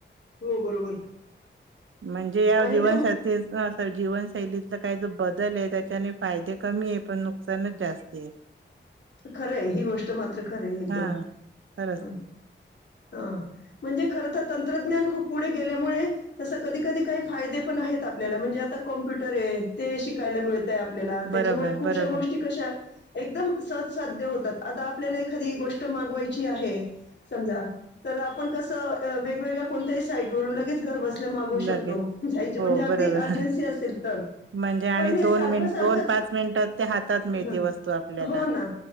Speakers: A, on the left; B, on the right.
A: हो बरोबर
B: म्हणजे या
A: आणि
B: जीवन
A: त्या
B: जीवनशैलीत. काही जे बदल आहे त्याच्याने फायदे कमी आहे, पण नुकसानच जास्त आहे.
A: खरं आहे ही गोष्ट मात्र खरं एकदम
B: हा खरंच
A: ह हा म्हणजे, खर तर तंत्रज्ञान खूप पुढे गेल्यामुळे तसं कधी कधी काही फायदे पण आहेत आपल्याला म्हणजे आता कॉम्प्युटर आहे ते शिकायला मिळत. आपल्याला त्याच्यामुळे
B: बरोबर
A: खूपश्या
B: बरोबर
A: गोष्टी कशा एकदम सव ध्य होतात, आ आपल्याला एखादी गोष्ट मागवायची आहे, समजा तर आपण कस वेगवेगळ्या कोणत्याही साईट वरून लगेच घर बस मागवु शकतो
B: लगेच
A: म्हणजे
B: हो
A: अगदी
B: बरोबर
A: अर्जनसी असेल तर
B: म्हणजे आणि
A: पण हे
B: दोन
A: सारख
B: मिनिट
A: सारखच
B: दोन पाच मिनिटात ते हातात मिळते
A: ह
B: वस्तू आपल्याला
A: हो ना!